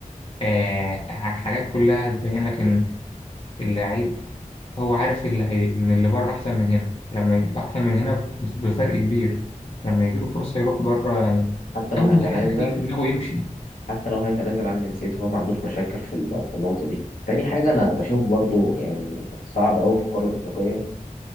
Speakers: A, on the left; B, on the left.
A: آه، ح- حاجات كلها تبين لك إن اللعيب هو عارف اللي هي... إن اللي بره أحسن من هنا فلما يجي أحسن من هنا ب- بفرق كبير لما يجيله فرصة يروح بره يعني
B: حتى لو
A: أول
B: هيتنازل
A: حاجة هتيجي في دماغه يمشي
B: حتى لو هيتنازل عن جنسيته هو ما عندوش مشاكل في ال- في النقطة دي تاني حاجة أنا بشوف برضو يعني صعب أوي في الكرة الأفريقية